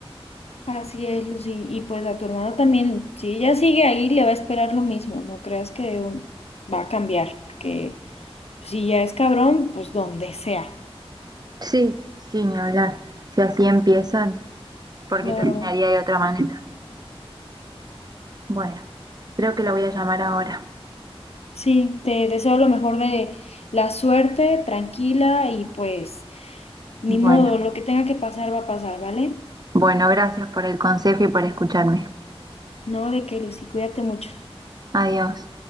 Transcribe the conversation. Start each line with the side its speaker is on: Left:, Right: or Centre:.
Left: Así es, Lucy. Y pues a tu hermana también, si ella sigue ahí, le va a esperar lo mismo. No creas que un- va a cambiar, porque si ya es cabrón, pues donde sea.
Right: Sí, sí, ni hablar. Si así empiezan, porque
Left: Claro.
Right: terminaría de otra manera. Bueno, creo que la voy a llamar ahora.
Left: Sí, te deseo lo mejor de la suerte, tranquila y pues ni
Right: Bueno,
Left: modo, lo que tenga que pasar va a pasar, ¿vale?
Right: bueno, gracias por el consejo y por escucharme.
Left: No, de que Lucy, cuídate mucho.
Right: Adiós.